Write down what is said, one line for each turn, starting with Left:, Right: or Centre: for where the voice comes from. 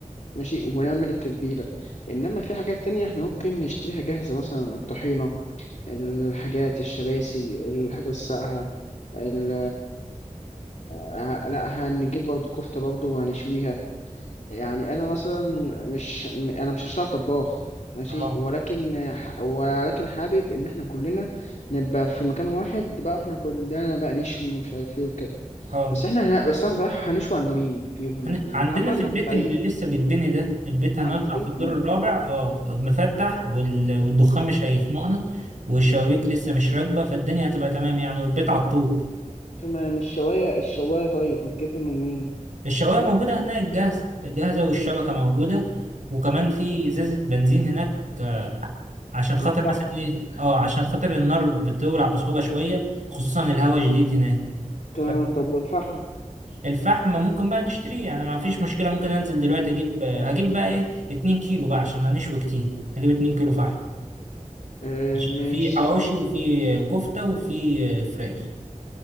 Left: ماشي ونعمل التتبيله انما في حاجات تانية احنا ممكن نشتريها جاهزه مثلا الطحينه الحاجات الشباسي الحاجه الساقعه ال آه، لا هنجيب برضه كفته برضه وهنشويها يعني انا مثلا مش م- انا مش هشتغل طباخ ماشي
Right: اه
Left: ولكن ح- ولكن حابب ان احنا كلنا نبقى في مكان واحد بقى واحنا كلنا بقى نشوي ومش عارف ايه وكده
Right: اه
Left: بس احنا هن... بس انا صح هنشوي عند مين فيهم
Right: هن... عندنا
Left: محمد
Right: في
Left: ولا
Right: البيت
Left: سعيد
Right: اللي لسه بيتبني ده البيت هنطلع
Left: عندكم
Right: في
Left: انتوا
Right: الدور الرابع اه مفتح وال... والدخان مش هيخنقنا والشبابيك لسه مش راكبة فالدنيا هتبقى تمام يعني والبيت على الطوب
Left: تمام الشوايه الشوايه طيب هتجيبها من مين
Right: الشواية موجودة هناك جاهزة جاهزة والشبكة موجودة وكمان في
Left: تمام.
Right: إزازة بنزين هناك آه، عشان خاطر
Left: والفحم
Right: مثلا ايه اه عشان خاطر النار بتولع بصعوبة شوية خصوصا الهواء شديد هناك
Left: تمام
Right: ف...
Left: طب والفحم
Right: الفحم ممكن بقى نشتريه يعني ما فيش مشكلة ممكن انزل دلوقتي اجيب هجيب بقى ايه 2 كيلو بقى عشان هنشوي كتير هجيب 2 كيلو فحم
Left: آه
Right: عشان
Left: ماشي
Right: في حواوشي
Left: تمام
Right: وفي كفتة وفي فراخ